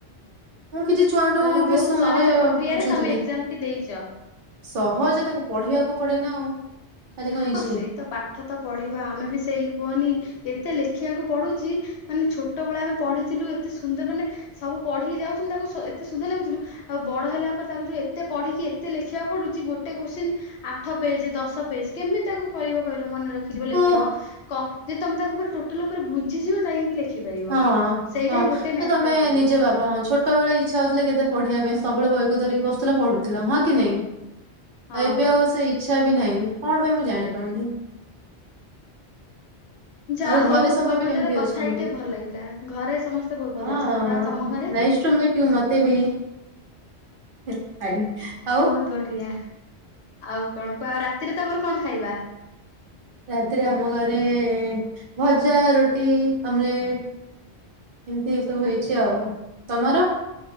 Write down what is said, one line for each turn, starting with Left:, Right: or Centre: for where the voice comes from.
Right: ମୁଁ କିଛି ଛୁଆଠୁ
Left: ତାହେଲେ ବହୁତ
Right: ବି
Left: ସହଜ
Right: ମାନେ
Left: ପ୍ରକ୍ରିୟାରେ
Right: ବୁଝୁଥିଲି।
Left: ତମେ ଏକ୍ଜାମ ଟି ଦେଇଚ।
Right: ସହଜ ତାକୁ ପଢ଼ିବାକୁ ପଡେ ନା ଆଉ। ଖାଲି କଣ
Left: ଆଉ
Right: ଇଜି
Left: ସେଇ ତ ପାଠ ତ ପଢ଼ିବା ଆମେ ବି ସେଇ କୁହନି ଏତେ ଲେଖିବାକୁ ପଡୁଛି ମାନେ ଛୋଟବେଳେ ଆମେ ପଢ଼ିଥିଲୁ ଏତେ ସୁନ୍ଦର ମାନେ ସବୁ ପଢ଼ିକି ଯାଉଥିଲୁ ତାକୁ ଏତେ ସୁନ୍ଦର ଲାଗୁଥିଲୁ ଆଉ ବଡ ହେଲା ପରେ ତାକୁ ଯୋଉ ଏତେ ପଢ଼ିକି ଏତେ ଲେଖିବାକୁ ପଡୁଛି ଗୋଟେ କୋଶ୍ଚିନ୍ ଆଠପେଜ, ଦଶପେଜ କେମିତି ତାକୁ କହିବ କହିଲ ମନେ ରଖିବ ଲେଖିବ।
Right: ହଁ
Left: କ ଯେ ତମେ ତାକୁ ପୁରା ଟୋଟାଲ ଉପରେ ବୁଝିଯିବ ଯାଇକି ଲେ ଲେଖିପାରିବ
Right: ହଁ
Left: ସେଇଟା
Right: ହଁ।
Left: ହିଁ ଗୋଟେ
Right: ସେ
Left: ମ୍ୟାଟର
Right: ତମେ
Left: କରେ।
Right: ନିଜେ ଭାବ ହଁ ଛୋଟ ବେଳେ ଇଚ୍ଛା ହଉଥିଲା କେତେ ପଢ଼ିବା ପାଇଁ ସବୁବେଳେ ବହିକୁ ଧରିକି ବୁସୁଥିଲ ପଢୁଥିଲ ହଁ କି ନାଇଁ?
Left: ହଁ
Right: ଆଉ ଏବେ ଆଉ ସେ ଇଚ୍ଛା ବି ନାହିଁ କଣ ପାଇଁ ମୁଁ ଜାଣିପାରୁନି।
Left: ଯାହା
Right: ଆଉ
Left: ହଉ
Right: ଘରେ ସବୁ
Left: ତମ
Right: ଏବେ କେମିତି
Left: ସହିତ କଥା
Right: ଅଛନ୍ତି?
Left: ହେଇକି ଟିକେ ଭଲ ଲାଗିଲା। ଘରେ ସମସ୍ତେ ବହୁତ
Right: ହଁ
Left: ଭଲ ଅଛନ୍ତି ଆଉ ତମ ଘରେ
Right: ନାଇସ୍ ଟୁ ମିଟ୍ ୟୁ ମତେ ବି। <unintelligible> ଆଉ
Left: ବହୁତ ବଢିଆ ଆଉ କଣ କୁହ? ଆଉ ରାତିରେ ତମର କଣ ଖାଇବା?
Right: ରାତିରେ ଆମ ଘରେ ଭଜା, ରୁଟି, ଅମଲେଟ। ଏମିତି ଏ ସବୁ ହେଇଛି ଆଉ। ତମର?